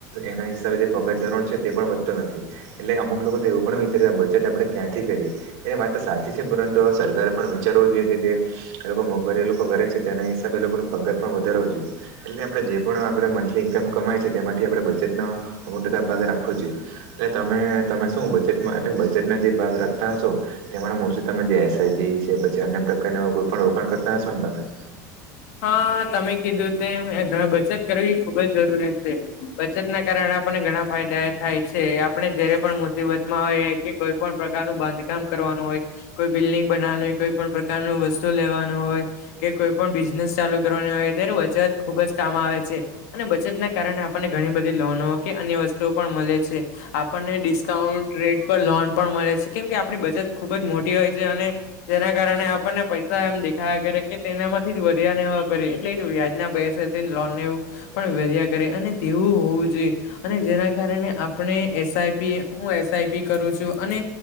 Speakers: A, on the right; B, on the left.
A: એના હિસાબે જે પગાર ધોરણ છે તે પણ વધતો નથી એટલે અમુક લોકો તો એવું પણ વિચારે બચત આપણે ક્યાંથી કરીએ એ વાત તો સાચી છે પરંતુ અવે સરકારે પણ વિચારવું જોઈએ કે જે એ લોકો મોંઘવારી એ લોકો કરે છે તેના હિસાબે એ લોકોનો પગાર પણ વધારવો જોઈએ એટલે આપણે જે પણ આપણે મંથલી ઈન્કમ કમાય છે તેમાંથી આપણે બચતનો અમુક ટકા ભાગ રાખવો જોઈએ એટલે તમે તમે શું બચતમાં બચતના જે ભાગ રાખતા હશો તેમાંના મોસ્ટલી તમે જે એસ આઈ પી છે પછી અન્ય પ્રકાર કોઈ પણ રોકાણ કરતા હશો ને તમે? <inaudible>
B: હા તમે કીધું તે બચત કરવી ખુબ જ જરૂરી છે, બચત ના કારણે આપને ઘણા ફાયદા થાય છે આપણે જયારે પણ મુસીબતમાં હોઈએ કે કોઈ પણ પ્રકારનું બાંધકામ કરવાનું હોય કોઈ બિલ્ડિંગ બનાવાની હોય કોઈ પ્રકારનું વસ્તુ લેવાનું હોય કે કોઈ પણ બીઝ નેસ ચાલુ કરવાની હોય ત્યારે બચત ખુબ જ કામ આવે છે અને બચતના કારણે આપણને ઘણી બધી લોનો અન્ય વસ્તુઓ પણ મળે છે આપણને ડિસકાઉન્ટ રેટ પર લોન પણ મળે છે કેમ કે આપણે બધી ચત ખૂબ જ મોટી હોય છે અને તેના કારણે આપણને પૈસા એમ દેખાયા કરે કે તેનામાંથી જ બ તેવાને એવા કરે એટલે વ્યાજના પૈસાથી લોનને એવું પણ ભર્યા કરે અને તેવું હોવું જોઈએ. અને જેના કારણે આપણે એસ આઈ પી હું એસ આઈ પી કરું છું અને